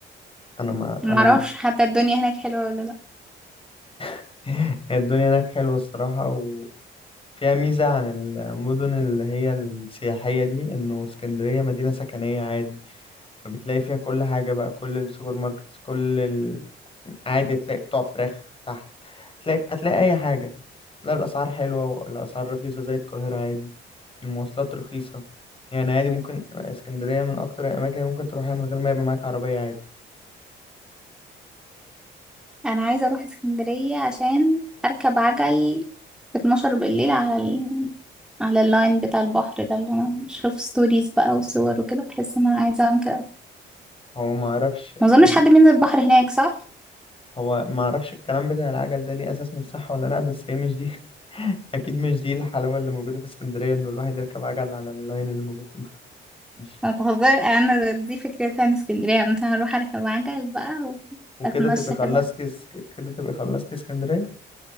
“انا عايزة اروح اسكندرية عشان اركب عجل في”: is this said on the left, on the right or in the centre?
Centre